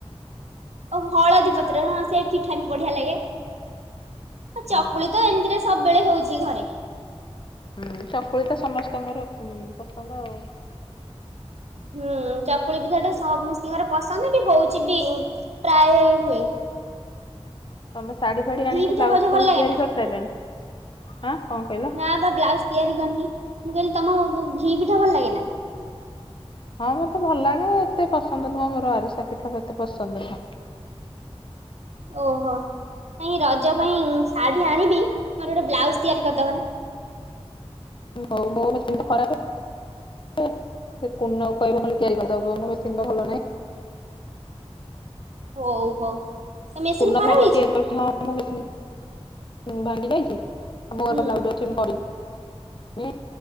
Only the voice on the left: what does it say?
ହଁ
ହୁଁ ଚକୁଳି ତ ସମସ୍ତଙ୍କର ଉଁ ପସନ୍ଦ ଆଉ।
ତମେ ଶାଢୀ ଫାଢୀ
ଆଣିକି
ବ୍ଲାଉଜ
ଫ୍ଲାଉଜ
ତିଆରି
କରିସାରିଲଣି ଆଁ କଣ କହିଲ
ହଁ ମତେ ଭଲ ଲାଗେ ଏତେ ପସନ୍ଦ ନୁହଁ ମୋର ଆରିସା ପିଠା ଏତେ ପସନ୍ଦ ନୁହଁ।
ହଉ ମୋ ମେସିନ ତ ଖରାପେ। ପେ ସେ କୁନାକୁ କହିବ ନହେଲେ ତିଆରି କରିଦବ ମୋ ମେସିନ ତ ଭଲ ନାହିଁ।
କୁନା
ଭଲ
ତିଆରି କରୁଛି ହଁ ମୋ ମେସିନି ଉଁ ଭାଙ୍ଗି ଯାଇଛି ଆମ
ଘର ବ୍ଲାଉଜ ଅଛି ମୁଁ କରି ନି